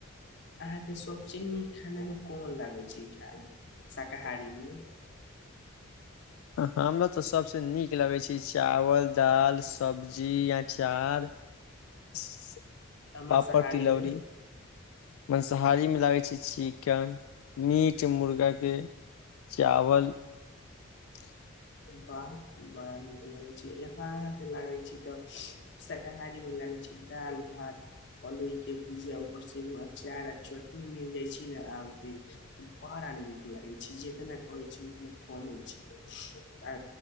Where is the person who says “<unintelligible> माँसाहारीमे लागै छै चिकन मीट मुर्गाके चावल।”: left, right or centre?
Left